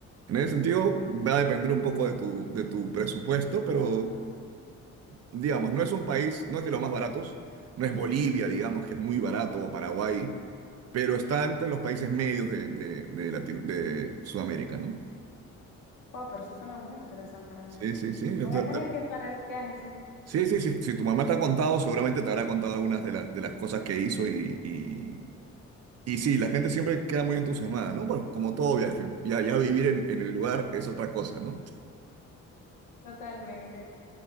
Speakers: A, on the right; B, on the left.
A: en ese sentido, va a depender un poco de tu, de tu presupuesto, pero digamos, no es un país, no es de los más baratos, no es Bolivia, digamos, que es muy barato, o Paraguay, pero está entre los países medios de, de, de Latino- de Sudamérica, ¿no?
B: Wow, pero eso suena muy interesante realmente.
A: Sí, sí,
B: Voy
A: sí. o sea,
B: a tener
A: te-
B: que planear un viaje, sí,
A: sí, sí, sí. Si tu mamá te ha contado, seguramente te habrá contado algunas de, las de las cosas que hizo y, y, y sí, la gente siempre queda muy entusiasmada, ¿no? Bueno, como todo viaje, ya, ya vivir en, en el lugar es otra cosa, ¿no?
B: totalmente.